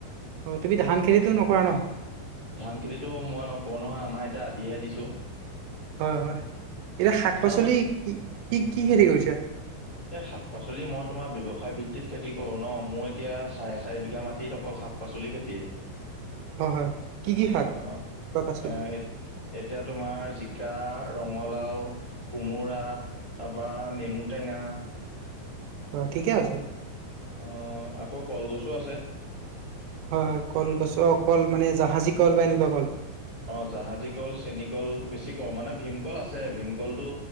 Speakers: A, on the right; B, on the left.
A: অ', তুমি ধান খেতিটো নকৰা ন
B: ধান খেতিটো মই নকৰোঁ নহয় আমাৰ এতিয়া আলিহে দিছোঁ
A: হয় হয় এতিয়া শাক পাচলি
B: আৰু মানে
A: কি কি কি খেতি কৰিছা
B: এই শাক পাচলি মই তোমাৰ ব্যয়ৱসায় ভিত্তিত খেতি কৰো ন মই এতিয়া চাৰে চাৰি বিঘা মাটিত অকল শাক পাচলি খেতিয়ে
A: হয় হয় কি কি শাক
B: অ',
A: বা পাচলি
B: এই এতিয়া তোমাৰ জিকা ৰঙালাও কোমোৰা তাৰপা নেমু টেঙা
A: অ', ঠিকে আছে
B: অ', আকৌ কলগছো আছে
A: হয় হয় কলগছ অ কল মানে জাহাজী কল বা এনেকুৱা কল
B: অ', জাহাজী কল চেনী কল বেছি কৰো মানে ভীমকল আছে ভীমকলটো